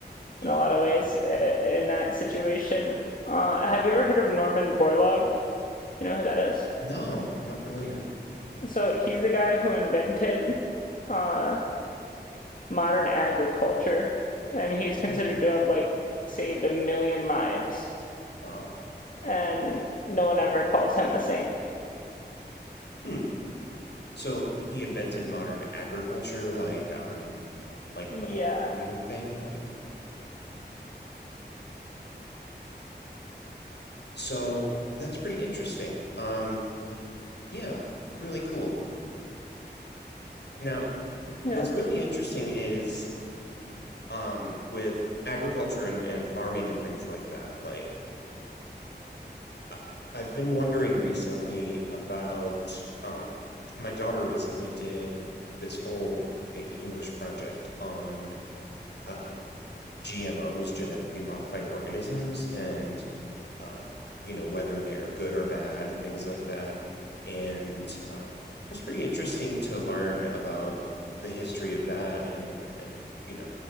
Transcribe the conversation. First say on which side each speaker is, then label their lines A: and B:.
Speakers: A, on the left (about 70°); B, on the left (about 45°).
A: E.
B: in a lot of ways uh, in that situation. Uh, have you ever heard of Norman Borlaug? Do you know who that is?
A: No, I'm not familiar.
B: So he's the guy who invented uh, modern agriculture, and he's considered
A: Mm.
B: to have like saved a million lives,
A: Wow.
B: and no one ever calls him a saint.
A: Hmm. So he invented modern agriculture, like um, like the
B: Yeah,
A: whole farming thing, like so that's pretty interesting. Um, yeah, really cool. Now, Yeah.
B: yeah.
A: what's really interesting is um with agriculture and, and farming and things like that, like I- I've been wondering recently about um, my daughter recently did this whole big English project on um, GMOs, genetically modified organisms, and um, you know whether they are good or bad and things like that. And um, it was pretty interesting to learn about the history of that and and you know